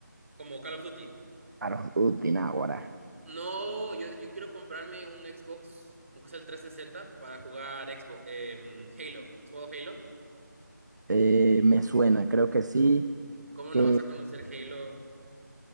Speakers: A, on the right; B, on the right.
A: como Call of Duty.
B: Claro, Utináguara.
A: No, yo, yo quiero comprarme un Xbox, aunque sea el 360, para jugar Xbox, em, Halo. ¿Has jugado Halo?
B: Eh, me suena, creo que sí.
A: ¿Cómo
B: Que.
A: no vas a conocer Halo?